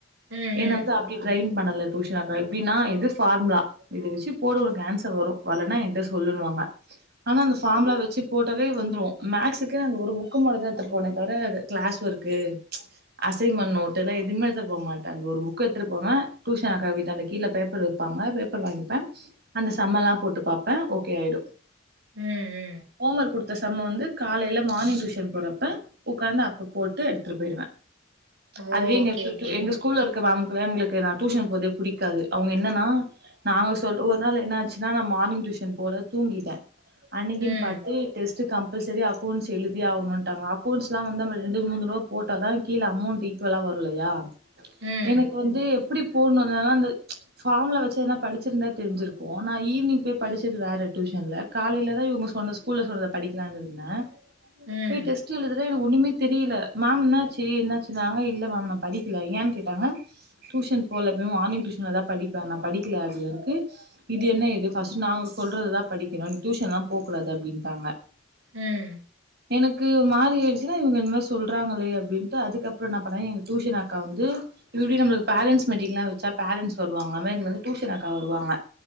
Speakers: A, on the right; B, on the right.
A: ம் ம் ம்
B: ஏனா <unintelligible> அப்டி ட்ரெயின் பண்ணல டியூஷனக்கா எப்பின்னா இது ஃபார்முலா இது வச்சு போடு உனக்கு ஆன்சர் வரு வல்லனா என்ட்ட சொல்லுனுவாங்க ஆனா அந்த ஃபார்முலா வச்சு போட்டாவே வந்துரு மேக்ஷூக்கு அந்த ஒரு புக்கு மட்டுதா எடுத்துட் போனே தவர கிளாஸ் ஒர்க்கு அசைன்மெண்ட் நோட்டு இதுலா எதுமே எடுத்துட் போ மாட்ட த அந்த ஒரு புக்கு எடுத்துபோவே டியூஷன் அக்கா வீட்டா ன்ட கீழ பேப்பர் வைப்பாங்க பேப்பர் வாங்கிப்பே அந்த சம்மலா போட்டு பாப்பே ஓகே ஆயிடு
A: ம் ம்
B: ஹோம் ஒர்க் குடுத்த சம்ம வந்து காலையில மார்னிங் டியூஷன் போறப்ப உட்காந்து அப்ப போட்டு எடுத்துட்டு போயிருவே
A: ஓ
B: அதுவே எங்க
A: ஓகே
B: டு
A: ஓகே
B: டு எங்க ஸ் மேம்குலா எங்களுக்கு நா டியூஷன் போறதே புடிகாது அவுங்க என்னன்னா நாங்க சொல்ல ஒரு நாள் என்ன ஆச்சுன்னா நான் மார்னிங் டியூஷன் போல தூங்கிட்டே அன்னைக்கின்
A: ம்
B: பாத்து டெஸ்ட் கம்பல்சரி அக்கௌன்ட்ஸ் எழுதியே அவுனுன்டாங் அக்கௌன்ட்ஸ்லா வந்த <unintelligible> மூணு ரோ போட்டாதா கீழே அமௌன்ட் ஈக்வலா வரோ இல்லையா
A: ம்
B: எனக்கு வந்து எப் எப்டி போண்ணு அ அந்து ஃபார்முல வச்சு எதனா படிச்சிருந்தா தெரிஞ்சிருக்கு நா ஈவினிங் போய் படிச்சது வேற டியூசன்ல காலைலதா இவங்க சொன்ன ஸ்கூல்ல சொன்னத படிக்லான் இருந்தே
A: ம்
B: போய் டெஸ்ட் எழுது து ஒண்ணமே தெரியல மேம் என்னச்சு என்னாச்சுாங்க இல்ல மேம் நா படிக்கல என் கேட்டாங்க டியூஷன் போலமேம் மார்னிங் டியூஷன்ல தா படிப்பே நா படிக்கல அப்டிதுக்கு இது என்ன இது பர்ஸ்ட் நாங்க சொல்றததா படிக்கணு டியூஷன்லா போ கூடாது அப்டின்ட்டாங்க
A: ம்
B: எனக்கு ஒரு மாரி ஆயிடுச்சு இவுங்க இந்மாரி சொல்றாங்களே அப்டின்ட்டு அதுக்கப்றோ என்ன பண்ணே எங்க டியூஷன் அக்கா வந்து இப்டி நமளுக்கு பேரண்ட்ஸ் மீட்டிங் எல்லா வச்சா பேரண்ட்ஸ் வருவாங்க அதெமெரி எங்க டியூஷன் அக்கா வருவாங்க